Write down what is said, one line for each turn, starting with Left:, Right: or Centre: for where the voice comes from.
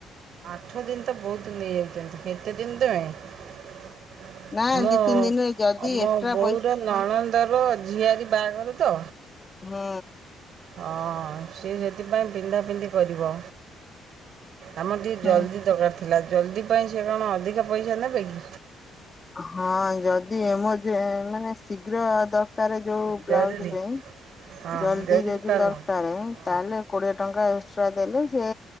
Right: ଆଠ ଦିନ ତ ବହୁତ ନେଇଯାଉ ଚନ୍ତୁ କେତେଦିନ ପାଇଁ
Left: ନା
Right: ମୁଁ
Left: ଦି ତିନି ଦିନରେ ଯଦି
Right: ମୋ
Left: ଏକ୍ସଟ୍ରା
Right: ବୋଉର
Left: ପଇସା
Right: ନଣନ୍ଦର ଝିଆରୀ ବାହାଘର ତ
Left: ହୁଁ
Right: ହଁ ସିଏ ସେଥିପାଇଁ ପିନ୍ଧା ପିନ୍ଧି କରିବ। ଆମର ଟିକେ ଜଲ୍ଦି
Left: ହୁଁ
Right: ଦକାର ଥିଲା। ଥିଲା ଜଲ୍ଦି ପାଇଁ ସେ କଣ ଅଧିକା ପଇସା ନେବେ କି?
Left: ହଁ ଯଦି ଏମରଜ ମାନେ ଶୀଘ୍ର ଦ କାର ଯୋଉ
Right: ଜରୁରୀ
Left: ବ୍ଲାଉଜ ପାଇଁ
Right: ହଁ
Left: ଜଲଦି
Right: ଜରୁରୀକାଳୀନ
Left: ଯଦି ଦରକାର
Right: ହଁ
Left: ତାହେଲେ କୋଡିଏ ଟଙ୍କା ଏସ ସଟ୍ରା ଦେଲେ ସେ